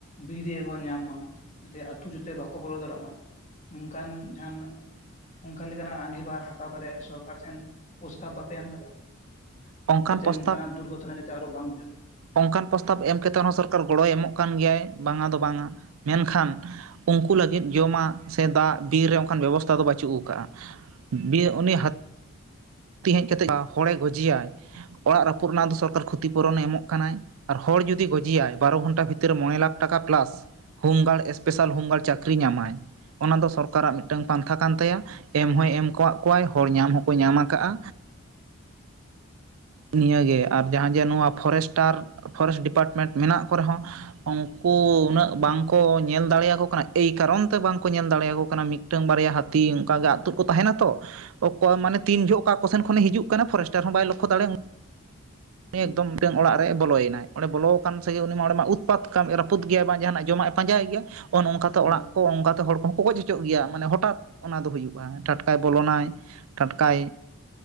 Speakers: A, on the left; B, on the right.
A: ᱵᱤᱨ ᱨᱮᱜᱮᱠᱚ ᱧᱟᱢ ᱢᱟ᱾ ᱚᱱᱟᱛᱮ ᱟᱛᱳ ᱡᱟᱛᱮ ᱵᱟᱠᱚ ᱵᱚᱞᱚ ᱫᱟᱲᱮᱭᱟᱜ ᱢᱟ ᱱᱚᱝᱠᱟᱱ ᱡᱟᱦᱟᱱᱟᱜ ᱚᱱᱠᱟ ᱞᱮᱠᱟᱱᱟᱜ ᱟᱸᱜᱤᱵᱷᱟᱨ ᱦᱟᱛᱟᱣ ᱠᱟᱛᱮᱫ ᱥᱚᱨᱠᱟᱨ ᱴᱷᱮᱱ ᱯᱨᱚᱥᱛᱟᱵ ᱵᱟᱯᱮ ᱮᱢ ᱟᱠᱟᱫᱟ
B: ᱚᱱᱠᱟᱱ
A: ᱡᱟᱛᱮ
B: ᱯᱨᱚᱥᱛᱟᱵ
A: ᱱᱚᱝᱠᱟᱱᱟᱜ ᱫᱩᱨᱜᱷᱚᱴᱚᱱᱟ ᱡᱟᱛᱮ ᱟᱨᱚ ᱵᱟᱝ ᱦᱩᱭᱩᱜ ᱢᱟ
B: ᱚᱱᱠᱟᱱ ᱯᱨᱚᱥᱛᱟᱵ ᱮᱢ ᱠᱟᱛᱮᱫ ᱦᱚᱸ ᱥᱚᱨᱠᱟᱨ ᱜᱚᱲᱚᱭ ᱮᱢᱚᱜ ᱠᱟᱱ ᱜᱮᱭᱟᱭ ᱵᱟᱝᱟ ᱫᱚ ᱵᱟᱝᱟ ᱢᱮᱱᱠᱷᱟᱱ ᱩᱱᱠᱩ ᱞᱟᱹᱜᱤᱫ ᱡᱚᱢᱟᱜ ᱥᱮ ᱫᱟᱜ ᱵᱤᱨ ᱨᱮ ᱚᱱᱠᱟᱱ ᱵᱮᱵᱚᱥᱛᱷᱟ ᱫᱚ ᱵᱟᱹᱪᱩᱜ ᱟᱠᱟᱟᱜᱼᱟ ᱵ ᱩᱱᱤ ᱦᱟᱛᱤ ᱦᱮᱡ ᱠᱟᱛᱮᱫ ᱦᱚᱲᱮ ᱜᱚᱡᱮᱟᱭ ᱚᱲᱟᱜ ᱨᱟᱹᱯᱩᱫ ᱨᱮᱱᱟᱜ ᱫᱚ ᱥᱚᱨᱠᱟᱨ ᱠᱷᱚᱛᱤᱯᱩᱨᱩᱨᱚᱱᱮ ᱮᱢᱚᱜ ᱠᱟᱱᱟᱭ ᱟᱨ ᱦᱚᱲ ᱡᱩᱫᱤ ᱜᱚᱡᱤᱭᱟᱭ ᱵᱟᱨᱚ ᱜᱷᱚᱱᱴᱟ ᱵᱷᱤᱛᱤᱨ ᱢᱚᱬᱮ ᱞᱟᱠᱷ ᱴᱟᱠᱟ ᱯᱞᱟᱥ ᱦᱳᱢᱜᱟᱨᱰ ᱮᱥᱯᱮᱥᱟᱞ ᱦᱳᱢᱜᱟᱨᱰ ᱪᱟᱹᱠᱨᱤ ᱧᱟᱢᱟᱭ ᱚᱱᱟ ᱫᱚ ᱥᱚᱨᱠᱟᱨᱟᱜ ᱢᱤᱫᱴᱟᱝ ᱯᱟᱱᱛᱷᱟ ᱠᱟᱱ ᱛᱟᱭᱟ ᱮᱢ ᱦᱚᱭ ᱮᱢ ᱟᱠᱟᱫ ᱠᱚᱣᱟᱭ ᱦᱚᱲ ᱧᱟᱢ ᱦᱚᱸᱠᱚ ᱧᱟᱢᱟ ᱠᱟᱜᱼᱟ ᱱᱤᱭᱟᱹᱜᱮ ᱟᱨ ᱡᱟᱦᱟᱸ ᱡᱮ ᱱᱚᱣᱟ ᱯᱷᱚᱨᱮᱥᱴᱟᱨ ᱯᱷᱚᱨᱮᱥᱴ ᱰᱤᱯᱟᱨᱴᱢᱮᱱᱴ ᱢᱮᱱᱟᱜ ᱠᱚ ᱨᱮᱦᱚᱸ ᱩᱱᱠᱩ ᱩᱱᱟᱹᱜ ᱵᱟᱝᱠᱚ ᱧᱮᱞ ᱫᱟᱲᱮᱭᱟᱠᱚ ᱠᱟᱱᱟ ᱮᱭ ᱠᱟᱨᱚᱱ ᱛᱮ ᱵᱟᱝᱠᱚ ᱧᱮᱞ ᱫᱟᱲᱮᱭᱟᱠᱚ ᱠᱟᱱᱟ ᱢᱤᱫᱴᱟᱝ ᱵᱟᱨᱭᱟ ᱦᱟᱹᱛᱤ ᱚᱱᱠᱟ ᱜᱮ ᱟᱛᱳ ᱨᱮᱠᱚ ᱛᱟᱦᱮᱱᱟ ᱛᱚ ᱚᱠᱚᱭ ᱢᱟᱱᱮ ᱛᱤᱱ ᱡᱚᱦᱚᱜ ᱚᱠᱟ ᱠᱚ ᱥᱮᱱ ᱠᱷᱚᱱᱮ ᱦᱤᱡᱩᱜ ᱠᱟᱱᱟ ᱯᱷᱚᱨᱮᱥᱴᱟᱨ ᱦᱚᱸ ᱵᱟᱭ ᱞᱚᱠᱠᱷᱚ ᱫᱟᱲᱮ ᱮᱠᱫᱚᱢ
A: ᱦᱮᱸ
B: ᱢᱤᱫᱴᱟᱝ ᱚᱲᱟᱜ ᱨᱮᱭ ᱵᱚᱞᱚᱭᱮᱱᱟᱭ ᱚᱸᱰᱮ ᱵᱚᱞᱚ ᱟᱠᱟᱱ ᱥᱮᱜᱮ ᱩᱱᱤ ᱚᱸᱰᱮ ᱢᱟ ᱩᱛᱯᱟᱛ ᱠᱟᱢᱤ ᱨᱟᱹᱯᱩᱫ ᱜᱮᱭᱟ ᱵᱟᱝ ᱡᱟᱦᱟᱱᱟᱜ ᱡᱚᱢᱟᱜᱼᱭ ᱯᱟᱸᱡᱟᱭ ᱜᱮᱭᱟ ᱚᱱᱮ ᱱᱚᱝᱠᱟᱛᱮ
A: ᱮᱠᱫᱚᱢ
B: ᱚᱲᱟᱜ ᱠᱚ ᱚᱱᱠᱟᱛᱮ ᱦᱚᱲ ᱠᱚ ᱜᱚᱡ ᱦᱚᱪᱚ ᱚᱪᱚᱜ ᱜᱮᱭᱟ ᱢᱟᱱᱮ ᱦᱚᱴᱟᱛ ᱚᱱᱟ ᱫᱚ ᱦᱩᱭᱩᱜᱼᱟ ᱴᱷᱟᱴᱠᱟᱭ ᱵᱚᱞᱚᱱᱟᱭ ᱴᱟᱴᱠᱟᱭ